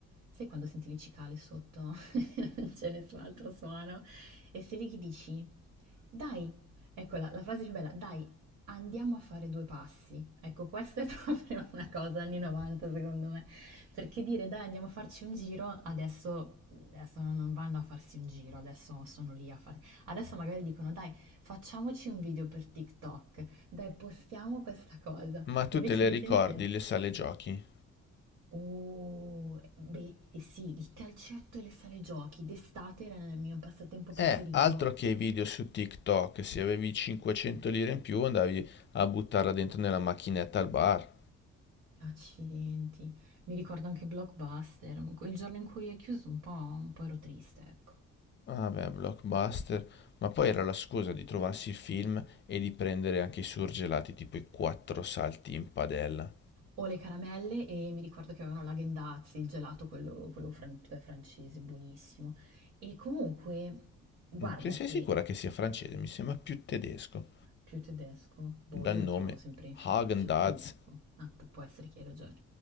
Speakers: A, on the right; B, on the left.
A: Sai quando senti le cicale sotto, <laughs> non c'è nessun altro suono, e sei lì che dici, dai, ecco la, la frase più bella, dai, andiamo a fare due passi. Ecco, questa è <laughs> proprio una cosa anni 90 secondo me, perché dire dai andiamo a farci un giro, adesso, adesso non vanno a farsi un giro, adesso sono lì a fare, adesso magari dicono dai Facciamoci un video per TikTok, dai, postiamo questa cosa.
B: Ma tu
A: Invece
B: te le
A: i miei
B: ricordi
A: tempi era...
B: le sale giochi?
A: Oh, beh, eh sì, il calcetto e le sale giochi d'estate era il mio passatempo preferito.
B: Eh, altro che i video su TikTok, se avevi 500 lire in più andavi a buttarla dentro nella macchinetta al bar.
A: Accidenti, mi ricordo anche Blockbuster, il giorno in cui è chiuso un po', un po' ero triste, ecco.
B: Vabbè, blockbuster, ma poi era la scusa di trovarsi il film e di prendere anche i surgelati tipo i quattro salti in padella.
A: Ho le caramelle e mi ricordo che avevano la Gendazzi, il gelato, quello, quello fran- cioè francese, buonissimo. E comunque, guarda
B: Mm, Cioè, sei
A: che
B: sicura che sia francese? Mi sembra più tedesco,
A: Più tedesco? Boh,
B: dal
A: io
B: nome
A: lo trovavo sempre in Francia.
B: Häagen-Dazs.
A: Comunque, ah, pu- può essere che hai ragione.